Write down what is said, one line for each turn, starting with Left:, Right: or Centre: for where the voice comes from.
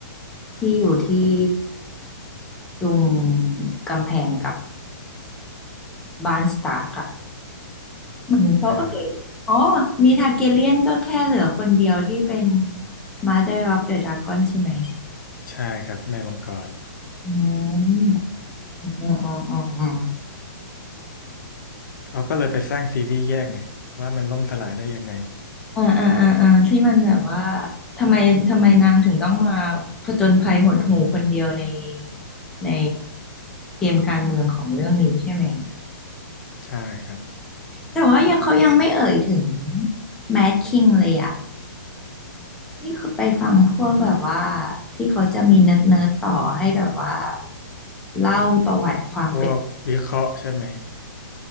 Centre: ที่อยู่ที่ตรงกำแพงกับ บาร์นสตาร์กอะเหมือนเขาเอ่ยอ๋อมีทาร์เกเรียนก็แค่เหลือคนเดียวที่เป็น
Left: อ่า
Centre: Mother of the Dragon ใช่ไหม
Left: ใช่ครับแม่มังกร
Centre: อืมอืมอืมอืมอืม
Left: เขาก็เลยไปสร้างซีรีส์แยกไงว่ามันล่มสลายได้ยังไง
Centre: อ่าอ่าอ่าอ่าที่มันแบบว่าทำไมทำไมนางถึงต้องมาผจญภัยหดหู่คนเดียวในในเกมการเมืองของเรื่องนี้ใช่ไหม
Left: ใช่ครับ
Centre: แต่ว่ายังเขายังไม่เอ่ยถึงแมดคิงเลยอะ นี่คือไปฟังพวกแบบว่าที่เขาจะมีเนิร์ดเนิร์ดต่อให้แบบว่าเล่าประวัติความเป็น
Left: พวกวิเคราะห์ใช่ไหม